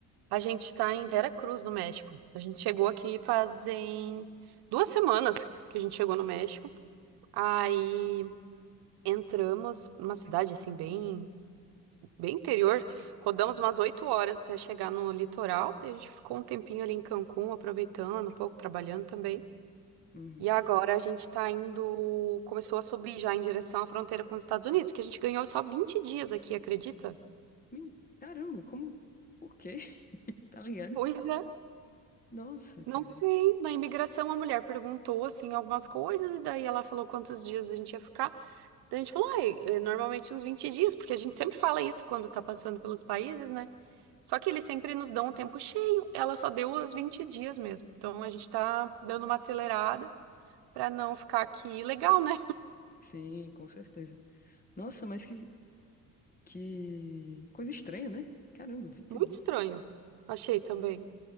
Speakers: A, on the right; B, on the left.
A: A gente tá em Veracruz, no México. A gente chegou aqui fazem duas semanas que a gente chegou no México. Aí entramos numa cidade assim, bem, bem interior. Rodamos umas oito horas até chegar no litoral. Daí a gente ficou um tempinho ali em Cancún, aproveitando, um pouco trabalhando também.
B: Uhum.
A: E agora a gente tá indo, começou a subir já em direção à fronteira com os Estados Unidos, que a gente ganhou só 20 dias aqui, acredita?
B: Men- Caramba, como? Por quê? <laughs> Tá ligado?
A: Pois é,
B: Nossa, cara.
A: não sei. Na imigração a mulher perguntou assim algumas coisas e daí ela falou quantos dias a gente ia ficar. Daí a gente falou, ai, é, normalmente uns 20 dias, porque a gente sempre fala isso quando tá passando pelos países, né? Só que eles sempre nos dão um tempo cheio. Ela só deu os 20 dias mesmo. Então a gente tá dando uma acelerada pra não ficar aqui legal, né?
B: Sim, com certeza. Nossa, mas que, que coisa estranha, né? Caramba, 20
A: Muito
B: dias.
A: estranho. Achei também.